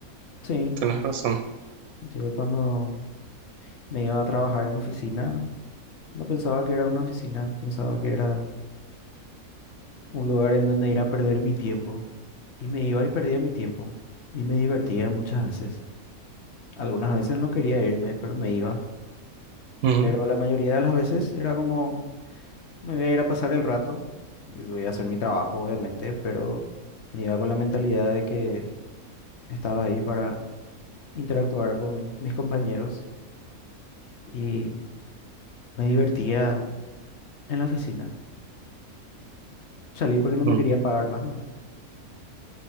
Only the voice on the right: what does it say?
Tienes razón.
Ujú,
ujú.